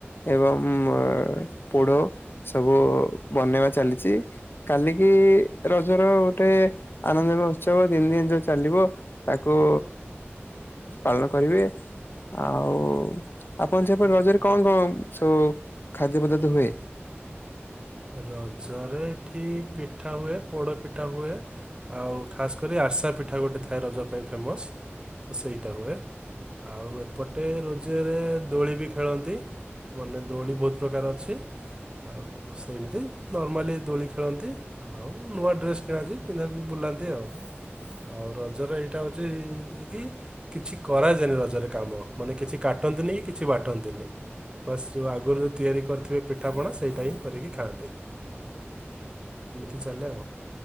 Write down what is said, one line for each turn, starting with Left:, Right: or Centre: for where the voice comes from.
Left: ଏବଂ ପୋଢ଼ ସବୁ ବନେଇବା ଚାଲିଚି। କାଲିକି ରଜର ଗୋଟେ ଆନନ୍ଦ ମହୋତ୍ସବ ତିନି ଦିନ ଯୋଉ ଚାଲିବ ତାକୁ ପାଳନ କରିବେ ଆଉ ଆପଣ ସେପଟେ ରଜରେ କଣ କଣ ସବୁ ଖାଦ୍ୟ ପଦାର୍ଥ ହୁଏ?
Right: ରଜରେ ଏଠି ପି ଠା ହୁଏ, ପୋଡ଼ ପିଠା ହୁଏ, ଆଉ ଖାସ୍ କରି ଆରସା ପିଠା ଗୋଟେ ଥାଏ ରଜ ପି ପାଇଁ ଫେମସ୍ ସେଇଟା ହୁଏ ଆଉ ଏପଟେ ରୋଜରେ ଦୋଳି ବି ଖେଳନ୍ତି ମାନେ ଦୋଳି ବହୁତ ପ୍ରକାର ଅଛି। ଆଉ ସେମିତି ନର୍ମାଲି ଦୋଳି ଖେଳନ୍ତି ଆଉ ନୂଆ ଡ୍ରେସ୍ କିଣାଯାଏ ପିନ୍ଧାପି ବୁଲାନ୍ତି ଆଉ। ଆଉ ରଜରେ ଏଇଟା ହୋଉଛି ଏ କି କିଛି କରାଯାଏନି ରଜରେ କାମ ମାନେ କିଛି କାଟନ୍ତିନି କି କିଛି ବାଟନ୍ତିନି। ବାସ୍ ଯୋଉ ଆଗରୁ ଯୋଉ ତିଆରି କରିଥିବେ ପିଠାପଣା ସେଇଟା ହିଁ କରିକି ଖାଆନ୍ତି। ଏମିତି ଚାଲେ ଆଉ